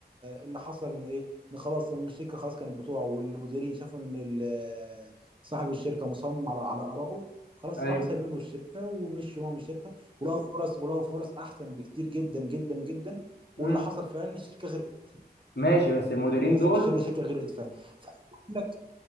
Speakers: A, on the right; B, on the left.
A: اللي حصل انه ايه ان خلاص لما الشركه خلاص كانت بتوع والمديرين شافوا ان ال- صاحب الشركه مصمم على على ارائه خلاص
B: ايوه
A: راحوا سايبين له الشركه ومشوا هو من الشركه ولقوا فرص ولقوا فرص احسن بكتير جدا جدا جدا
B: مم.
A: واللي حصل فعلا ان الشركه غرقت
B: ماشي بس المديرين
A: خلاص
B: دول
A: الشركه الشركه غرقت فعلا فأقول لك